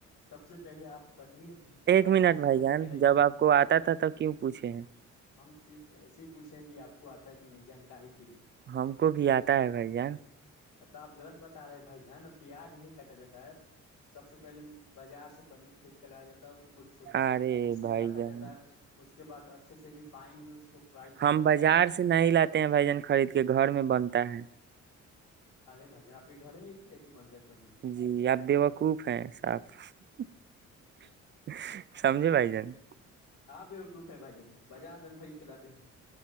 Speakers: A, on the left; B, on the right.
A: سب سے پہلے آپ پنیر بازار
B: منٹ
A: سے
B: بھائی
A: خرید
B: جان
A: کے لائیے
B: جب آپ کو آتا تھا تو کیوں پوچھے ہیں
A: ہم صرف ایسے ہی پوچھے کہ آپ کو کہ نہیں جانکاری <unintelligible>
B: ہم کو بھی آتا ہے بھائی جان
A: تو آپ غلط بتا رہے ہیں بھائی جان نا پیاز نہیں کاٹا جاتا ہے سب سے پہلے بازار سے پنیر خرید کے لایا جاتا کو چھوٹے چھوٹے
B: ارے
A: پیس
B: بھائی
A: میں کاٹا
B: جان
A: جاتا ہے اس <unintelligible> اس کے بد اچھے سے ریفائن میں اس کو <unintelligible> کیا
B: ہم
A: جاتا
B: بازار
A: ہے
B: سے نہیں لاتے ہیں بھجن خرید کے گھر میں بنتا ہے
A: ارے بھائی جان آپ کے گھر میں بھی اتی بنتا ہے پنیر
B: جی آپ بے وقوف ہیں صاحب <unintelligible> سمجے بائی جان
A: ہاں بیوقوف ہے بھائی جان بازار سے ہم خرید کے لاتے ہیں